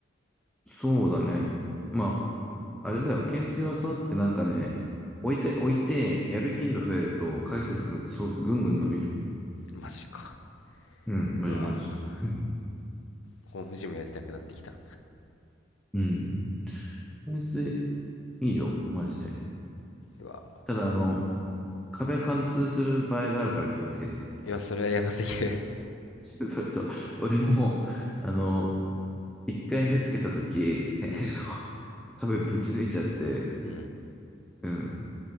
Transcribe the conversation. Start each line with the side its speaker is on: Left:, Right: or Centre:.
Centre: そうだね。まあ、あれだよ、懸垂はそうやってなんかね、置いて、置いて、やる頻度増えると、回数、なんかそう、ぐんぐん伸びる。
Left: マジか。
Centre: うん、マジマジ。
Left: うわ
Centre: うん。
Left: ー、ホームジムやりたくなってきた。
Centre: うん懸垂、いいよ、マジで。
Left: うわ
Centre: ただ、あの、壁貫通する場合があるから気をつけて。
Left: ー、いや、それはやばすぎる。
Centre: <laughs> そうそうそう。俺も、あの、一回目つけたとき、<laughs>
Left: <laughs> うん。
Centre: 壁ぶち抜いちゃって、
Left: うん。
Centre: うん、